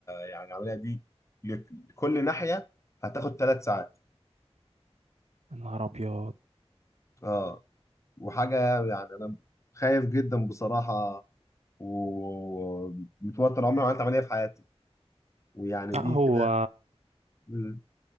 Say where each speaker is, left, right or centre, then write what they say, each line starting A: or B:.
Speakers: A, on the left; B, on the right.
A: يعني العمليه دي لك- لكل ناحيه هتاخد ثلاث ساعات
B: يا نهار ابيض
A: اه وحاجه يعني انا خايف جدا بصراحه ومتوتر عمري ما عملت عملية في حياتي ويعني
B: لا
A: دي
B: هو
A: كده مم.